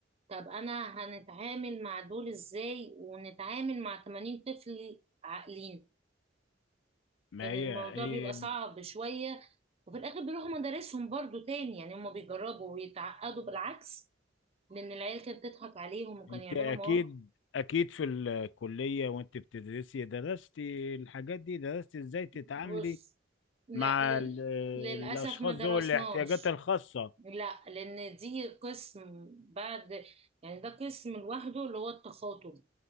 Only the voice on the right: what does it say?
طب أنا هنتعامل مع دول إزاي ونتعامل مع 80 طفل عاقلين
كان
الموضوع
بيبقى صعب شوية وفي الآخر بيروحوا مدارسهم برضو تاني يعني هما بيجربوا ويتعقدوا بالعكس لأن العيال كانت تضحك عليهم وكانوا
يعملوا
مواقف
بص لا
لل...
للأسف
ما درسناش
لا لأن دي قسم بعد يعني ده قسم لوحده اللي هو التخاطب